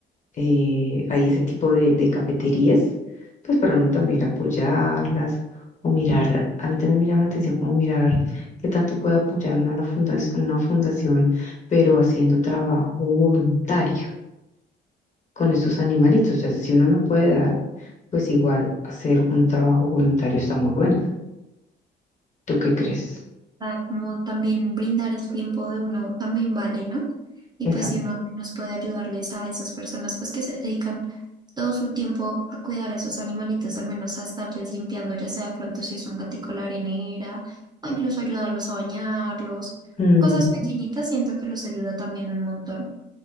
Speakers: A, on the left; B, on the right.
A: eh, hay ese tipo de, de cafeterías, pues para uno también ir a apoyarlas o mirar, a mí también me llama la atención como mirar qué tanto puede apoyar uno a la fundación, una fundación, pero haciendo trabajo voluntario con estos animalitos, ya si uno no puede dar, pues igual hacer un trabajo voluntario está muy bueno. ¿Tú qué crees?
B: Para como también brindar el tiempo de uno también vale, ¿no? Y
A: Exacto.
B: pues si uno nos puede ayudarles a esas personas pues que se dedican todo su tiempo a cuidar a esos animalitos, al menos a estarles limpiando, ya sea de pronto si es un gatico la arenera, o incluso ayudarlos a bañarlos,
A: Ujú,
B: cosas pequeñitas, siento que los ayuda también un montón.